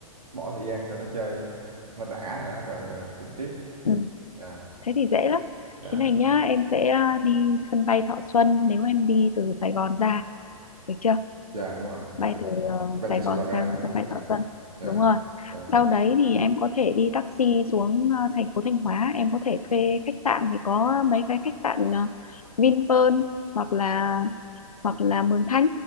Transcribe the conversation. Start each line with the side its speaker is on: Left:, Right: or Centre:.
Right: bỏ thời gian cho nó chơi ờ, nó đã nữa rồi à, tính tiếp.
Left: ừ.
Right: Dạ.
Left: thế thì dễ lắm
Right: Dạ.
Left: thế này nhá em sẽ à, đi sân bay Thọ Xuân nếu em đi từ Sài Gòn ra được chưa
Right: Dạ đúng rồi.
Left: bay
Right: Dạ.
Left: từ ờ,
Right: Em bay
Left: Sài
Right: từ
Left: Gòn
Right: Sài Gòn ra
Left: sang
Right: đúng
Left: sân
Right: rồi.
Left: bay
Right: Dạ.
Left: Thọ Xuân
Right: Dạ.
Left: đúng rồi
Right: Dạ.
Left: sau đấy thì em có thể đi taxi xuống ờ, thành phố Thanh Hóa em có thể thuê khách sạn thì có mấy cái khách sạn ờ, Vinpearl hoặc là hoặc là Mường Thanh